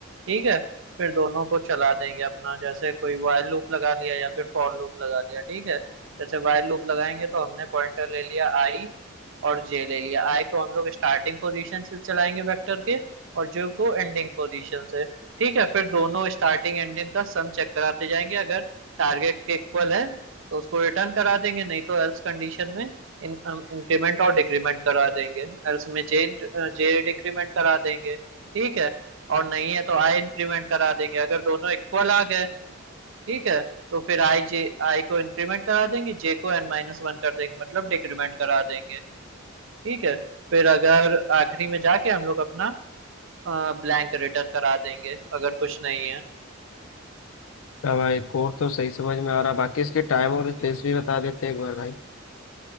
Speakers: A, on the right (about 65°); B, on the left (about 75°).
A: ठीक है फिर दोनों को चला देंगे अपना जैसे कोई while लूप लगा लिया या फिर फॉर लूप लगा लिया ठीक है जैसे while लूप लगाएंगे तो हमने पॉइंटर ले लिया आई और जे ले लिया आई को हम लोग स्टार्टिंग पोजीशन से चलाएंगे वेक्टर के और जे को एंडिंग पोजीशन से ठीक है फिर दोनों स्टार्टिंग एंडिंग का सम चेक कराते जाएंगे अगर टारगेट के इक्वल है तो उसको रिटर्न करा देंगे नहीं तो एल्स कंडीशन में इन इंक्रीमेंट और डिक्रीमेंट करा देंगे और उसमें जे जे डिक्रीमेंट करा देंगे ठीक है और नहीं है तो आई इंक्रीमेंट करा देंगे अगर दोनों इक्वल आ गए ठीक है तो फिर आई जे आई को इंक्रीमेंट करा देंगे जे को एन माइनस वन कर देंगे मतलब डिक्रीमेंट करा देंगे ठीक है फिर अगर आखिरी में जाके हम लोग अपना ब्लैंक रिटर्न करा देंगे अगर कुछ नहीं है
B: क्या भाई कोड तो सही समझ में आ रहा बाकी इसके टाइम और स्पेस भी बता देते एक बार भाई